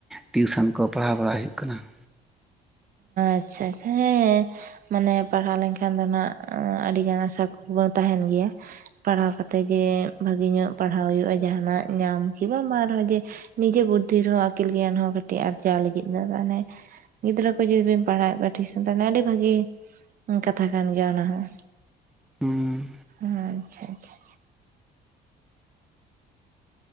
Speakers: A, in the centre; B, on the right (about 55°).
A: ᱴᱤᱭᱩᱥᱚᱱ ᱠᱚ ᱯᱟᱲᱦᱟᱣ ᱵᱟᱲᱟ ᱦᱩᱭᱩᱜ ᱠᱟᱱᱟ ᱾
B: ᱟᱪᱪᱷᱟ ᱦᱮᱸ᱾ ᱢᱟᱱᱮ ᱯᱟᱲᱦᱟᱣ ᱞᱮᱱᱠᱷᱟᱱ ᱫᱚ ᱱᱟᱦᱜ ᱟᱹᱰᱤᱜᱟᱱ ᱟᱥᱟ ᱠᱩᱠᱢᱩ ᱢᱟ ᱛᱟᱦᱮᱱ ᱜᱮᱭᱟ᱾ ᱯᱟᱲᱦᱟᱣ ᱠᱟᱛᱮ ᱡᱮ ᱵᱷᱟᱹᱜᱤ ᱧᱚᱜ ᱯᱟᱲᱦᱟᱣ ᱦᱩᱭᱩᱜᱼᱟ ᱡᱟᱸᱦᱟᱱᱟᱜ ᱧᱟᱢ ᱠᱤ ᱵᱟ ᱵᱟᱝ ᱨᱮᱦᱚ ᱡᱮ ᱱᱤᱡᱮ ᱵᱩᱫᱽᱫᱷᱤ ᱨᱮᱦᱚᱸ ᱟᱹᱠᱤᱞ ᱜᱮᱭᱟᱱ ᱦᱚᱸ ᱠᱟᱹᱴᱤᱡ ᱟᱨᱡᱟᱣ ᱞᱟᱹᱜᱤᱫ ᱫᱚ ᱢᱟᱱᱮ ᱜᱤᱫᱽᱨᱟᱹ ᱠᱚ ᱡᱩᱫᱤ ᱵᱮᱱ ᱯᱟᱲᱦᱟᱣᱮᱫ ᱠᱚᱣᱟ ᱴᱷᱤᱠ, ᱛᱟᱦᱚᱞᱮ ᱟᱹᱰᱤ ᱵᱷᱟᱹᱜᱤ ᱠᱟᱛᱷᱟ ᱠᱟᱱ ᱜᱮᱭᱟ ᱚᱱᱟ ᱦᱚᱸ।
A: ᱦᱩᱸ
B: ᱦᱮᱸ ᱟᱪᱪᱷᱟ ᱟᱪᱪᱷᱟ।